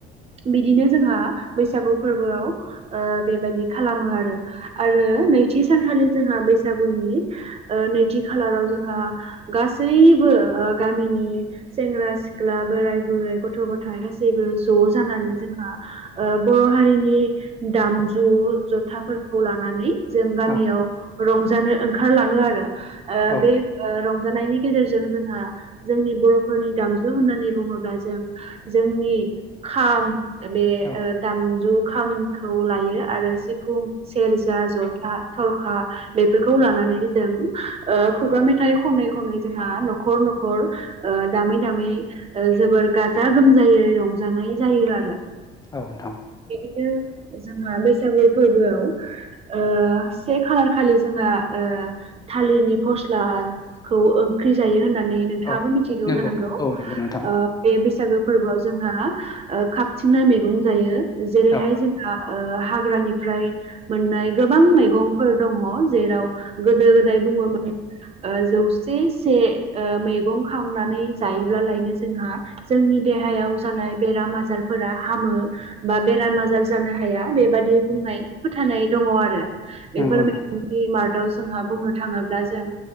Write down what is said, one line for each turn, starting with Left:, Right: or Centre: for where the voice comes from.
Right: बिदिनो जोंहा बैसागु फोरबोआव ओ बेबायदि खालामो आरो आरो नैथि सानखालि जोंहा बैसागुनि ओ नैथि खालाराव जोंहा गास गासैबो ओ गामिनि सेंग्रा सिख्ला बोराय बुरै गथ' गथाय गासैबो ज' जानानै जोंहा ओ बर' हारिनि दामजु जथाफोरखौ लानानै जों गामियाव
Left: औ
Right: रंजानो ओंखारलाङो आरो ओ
Left: औ
Right: बे ओ रंजानायनि गेजेरजों जोंहा जोंनि बर'फोरनि दामजु होननानै बुङोब्ला जों जोंनि खाम ओ बे
Left: औ
Right: ओ दामजु खामखौ लायो आरो सिफुं सेरजा जथा थरखा बेफोरखौ लानानै जों ओ खुगा मेथाइ खनै खनै जोंहा न'खर न'खर ओ दामै दामै ओ जोबोर गाजा गोमजायै रंजानाय जायो आरो।
Left: औ नोंथां।
Right: ओ जोंहा बैसागु फोरबोआव ओ से खालार खालि जोंहा ओ थालिरनि फस्लाखौ ओंख्रि जायो होननानै नोंथाङ
Left: औ
Right: मिथिगौ‌
Left: नंगौ
Right: जानांगौ
Left: औ नंगौ नोंथां
Right: ओ बे बैसागो फोरबोआव। जोंहा ओ खाबथिंनाय मैगं जायो, जेरैहाय
Left: औ
Right: जोंहा ओ हाग्रानिफ्राय मोननाय गोबां मैगंफोर दङ जेराव गोदो गोदाय। बुङा मानो ओ जौसे से ओ मैगं खांनानै जायोब्लालायनो जोंहा जोंनि देहायाव जानाय बेराम आजारफोरा हामो। बा बेराम आजार जानो हाया बेबादि बुंनाय फोथायनाय दङ आरो बेफोरबाय
Left: नंगौ नोंथां
Right: गिमार्टआव जोंहा बुंनो थाङोब्ला जों